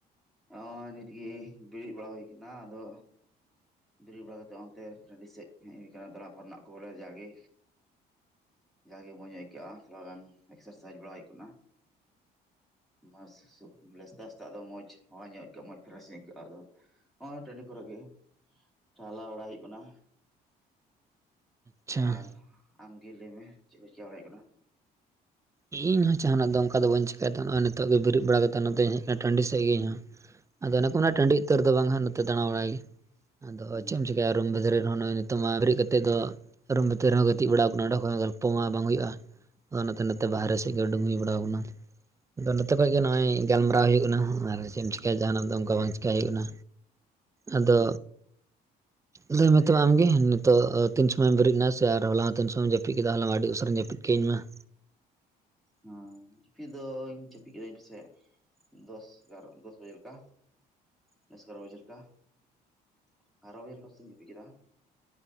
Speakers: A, in the centre; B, on the right.
A: ᱚᱸᱻ ᱱᱤᱛᱜᱮ ᱵᱮᱨᱮᱫ ᱵᱟᱲᱟ ᱦᱩᱭ ᱟᱠᱟᱱᱟ ᱟᱫᱚ ᱵᱮᱨᱮᱫ ᱵᱟᱲᱟ ᱠᱟᱛᱮᱫ ᱚᱱᱛᱮ ᱴᱟᱺᱰᱤ ᱥᱮᱫ ᱦᱮᱡ ᱦᱩᱭ ᱟᱠᱟᱱᱟ <unintelligible> ᱠᱚ ᱵᱚᱞᱮ ᱡᱟᱜᱮ ᱡᱟᱜᱮ ᱢᱚᱸᱡᱽ ᱟᱹᱭᱠᱟᱹᱜᱼᱟ ᱛᱷᱚᱲᱟ ᱜᱟᱱ ᱮᱠᱥᱟᱨᱥᱟᱭᱤᱡᱽ ᱵᱟᱲᱟ ᱦᱩᱭᱩᱜ ᱠᱟᱱᱟ, ᱢᱟᱥ <unintelligible> ᱵᱚᱞᱮ ᱥᱮᱥᱛᱟ ᱥᱮᱥᱛᱟ ᱫᱚ ᱢᱚᱸᱡᱽ ᱦᱟᱣᱟ ᱧᱚᱜ ᱟᱹᱭᱠᱟᱹᱜᱼᱟ ᱢᱚᱸᱡᱽ ᱯᱷᱨᱮᱥ ᱧᱚᱜ ᱟᱹᱭᱠᱟᱹᱜᱼᱟ ᱟᱫᱚ ᱱᱚᱜᱼᱚᱭ ᱴᱟᱺᱰᱤ ᱠᱚᱨᱮ ᱜᱮ, ᱴᱟᱦᱞᱟ ᱵᱚᱲᱟᱜ ᱦᱩᱭᱩᱜ ᱠᱟᱱᱟ,
B: ᱟᱪᱪᱷᱟ
A: ᱟᱨ ᱟᱢᱜᱮ ᱞᱟᱹᱭᱢᱮ, ᱪᱮᱫ ᱠᱚ ᱪᱮᱠᱟ ᱵᱟᱲᱟ ᱦᱩᱭᱩᱜ ᱠᱟᱱᱟ?
B: ᱤᱧ ᱦᱚᱸ ᱡᱟᱦᱟᱱᱟᱜ ᱫᱚ ᱳᱝᱠᱟ ᱫᱚ ᱵᱟᱹᱧ ᱪᱠᱟᱭᱮᱫ ᱛᱟᱦᱮ ᱱᱚ ᱱᱤᱛᱚᱜ ᱜᱮ ᱵᱮᱨᱮᱫ ᱵᱟᱲᱟ ᱠᱟᱛᱮᱫ ᱱᱚᱛᱮᱧ ᱦᱮᱡ ᱱᱟ ᱴᱟᱺᱰᱤ ᱥᱮᱫ ᱜᱮ ᱤᱧ ᱦᱚᱸ, ᱟᱫᱚ ᱚᱱᱮ ᱠᱚ ᱢᱮᱱᱟ ᱴᱟᱺᱰᱤ ᱩᱛᱟᱹᱨ ᱫᱚ ᱵᱟᱝ ᱦᱜ ᱱᱚᱛᱮ ᱫᱟᱬᱟ ᱵᱟᱲᱟᱭ ᱜᱮ, ᱟᱫᱚ
A: ᱦᱩᱸ
B: ᱪᱮᱫ ᱮᱢ ᱪᱤᱠᱠᱟᱭᱟ ᱨᱩᱢ ᱵᱷᱤᱛᱨᱤ ᱨᱮᱦᱚ ᱱᱚᱜᱼᱚᱭ ᱛᱚᱢᱟ ᱵᱮᱨᱮᱫ ᱠᱟᱛᱮᱫ ᱫᱚ ᱨᱩᱢ ᱵᱷᱤᱛᱤᱨ ᱨᱮᱦᱚᱸ ᱜᱤᱛᱮᱜ ᱵᱟᱲᱟᱣ ᱟᱠᱟᱱᱟ ᱚᱸᱰᱮ ᱠᱷᱚᱱᱚᱸ ᱜᱚᱞᱯᱚ ᱢᱟ ᱵᱟᱝ ᱦᱩᱭᱩᱜᱼᱟ ᱚᱱᱟ ᱛᱮ
A: ᱦᱩᱸ
B: ᱵᱟᱨᱦᱮ ᱥᱮᱫ ᱜᱮ ᱩᱰᱩᱜ ᱦᱩᱭ ᱵᱟᱲᱟᱣ ᱟᱠᱟᱱᱟ ᱟᱫᱚ ᱱᱚᱛᱮ
A: ᱟᱪᱪᱷᱟ
B: ᱠᱷᱚᱡ ᱜᱮ ᱱᱚᱜᱼᱚᱭ ᱜᱟᱞᱢᱟᱨᱟᱣ ᱦᱩᱭᱩᱜ ᱠᱟᱱᱟ ᱟᱨ ᱪᱮᱫ ᱮᱢ ᱪᱮᱟᱭᱟ ᱡᱟᱦᱟᱱᱟᱜ ᱫᱚ ᱚᱱᱠᱟ ᱵᱟᱝ ᱪᱮᱠᱟᱹᱭ ᱦᱩᱭᱩᱜ ᱠᱟᱱᱟ, ᱟᱫᱚ
A: ᱦᱩᱸ
B: ᱞᱟᱹᱭᱢᱮ ᱛᱚᱵᱮ ᱟᱢᱜᱮ ᱱᱤᱛᱚᱜ ᱛᱤᱱ ᱥᱚᱢᱚᱭᱮᱢ ᱵᱮᱨᱮᱫ ᱮᱱᱟ ᱥᱮ ᱟᱨ ᱦᱚᱞᱟ ᱦᱚᱸ ᱛᱤᱱ ᱥᱚᱢᱚᱭᱮᱢ ᱡᱟᱹᱯᱤᱫ ᱠᱮᱫᱟ ᱦᱚᱞᱟ ᱢᱟ ᱟᱹᱰᱤ ᱩᱥᱟᱹᱨᱟᱧ ᱡᱟᱹᱯᱤᱫ ᱠᱮ ᱤᱧ ᱢᱟ ᱾
A: ᱦᱮᱸ, ᱡᱟᱹᱯᱤᱫ ᱫᱚᱧ ᱡᱟᱹᱯᱤᱫ ᱠᱮᱫᱤᱫᱟᱹᱧ ᱯᱟᱥᱮᱫ ᱫᱚᱥ ᱮᱜᱟᱨᱚ, ᱫᱚᱥ ᱵᱟᱡᱮ ᱞᱮᱠᱟ ᱫᱚᱥ ᱮᱜᱟᱨᱚ ᱵᱟᱡᱮ ᱞᱮᱠᱟ, ᱵᱟᱨᱚ ᱵᱟᱡᱟᱨ ᱠᱟᱥᱛᱮᱧ ᱡᱤᱯᱤᱫ ᱠᱮᱫᱟ <inaudible>